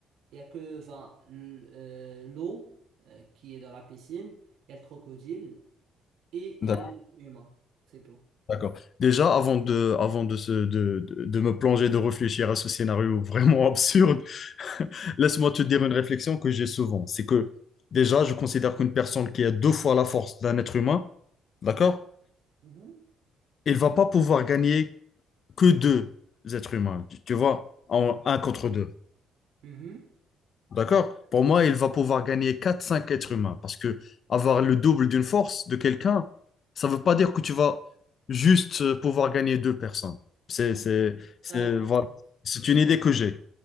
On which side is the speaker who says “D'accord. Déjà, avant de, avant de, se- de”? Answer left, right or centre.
Left